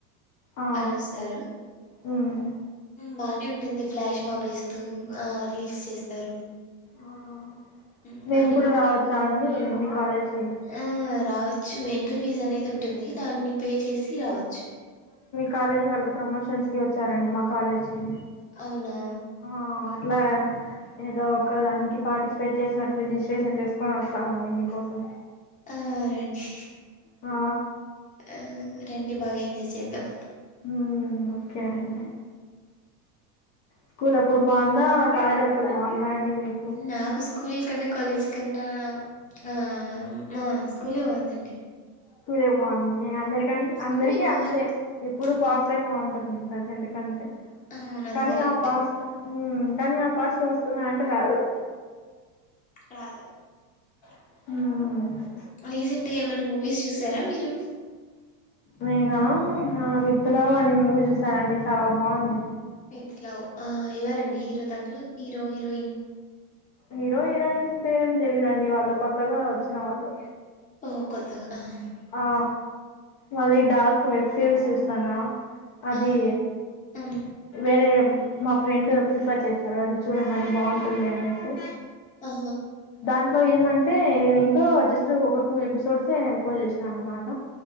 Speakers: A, on the left; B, on the left.
A: ఆ
B: వాళ్ళు వస్తారు
A: ఉమ్
B: బానే ఉంటుంది ఫ్లాష్ మాబ్ వేస్తూ ఆ రీల్స్ చేస్తారు.
A: ఆహ్
B: హ్మ్.
A: మేము
B: బానే
A: కూడా
B: ఉంటుంది.
A: రావచ్చా అండీ మీ కాలేజ్ కీ
B: ఆ! రావచ్చు ఎంట్రీ ఫీజ్ అనేది ఉంటుంది దాన్ని పే చేసి రావచ్చు
A: కాలేజ్ వాళ్ళు ప్రమోషన్స్ కి వచ్చారండి మా కాలేజ్ కి
B: అవునా
A: ఆ అట్లా ఏదో ఒక దానికి పార్టిసిపేట్ చేసినట్టు రిజిస్ట్రేషన్ చేసుకొని వస్తామండి మీకోసం
B: ఆహ్ రండి
A: ఆ
B: ఆ రండి బాగా ఎంజాయ్ చేద్దాం
A: హ్మ్ ఓకే అండీ స్కూల్ అప్పుడు బాగుందా కాలేజ్ అప్పుడు బాగుందా అండి మీకు
B: నాకు స్ స్కూల్ కన్నా కాలేజ్ కన్నా ఆహ్ మా స్కూలే బాందండి
A: స్కూలే బాగుంది అందరికంటే
B: స్కూలే
A: అందరికి
B: బావుంది.
A: అంతే ఎప్పుడు పాస్టే
B: అంతే.
A: బాగుంటుంది ప్రజెంట్ క అంతే
B: అవును. అది
A: కానీ
B: కరెక్టే.
A: ఆ ఫాస్ట్ హ్మ్ కానీ ఆ పాస్లో వస్తుంద అంటే రాదు
B: రాదు
A: ఉహ్
B: రీసెంట్ గా ఏమన్నా మూవీస్ చూస తరా మీరు
A: నేనా ఆహ్ విత్ లవ్ అని మూవీ చూసారండి చాలా బాగుంది.
B: విత్ లవ్ ఆహ్ ఎవరండి హీరో దాంట్లో హీరో హీరోయిన్
A: హీరో హీరోయిన్స్ పేర్లు ఏం తెలీదండి వాళ్ళు కొత్తగా వచ్చిన వాళ్ళు
B: ఓ కొత్తగా ఆహ్
A: ఆ మళ్ళీ డార్క్ వెబ్ సిరీస్ చూస్తానా అది
B: ఆహా ఉమ్
A: వేరే మా ఫ్రెండ్ ప్రిఫర్ చేస్తారు అది చూడమని బాగుంటుంది అనేసి
B: ఆ
A: దాంట్లో ఏమంటే నేను ఇంకా జస్ట్ ఒక టూ ఎపిసోడ్స్ అయిపోసేసినా అన్నమాట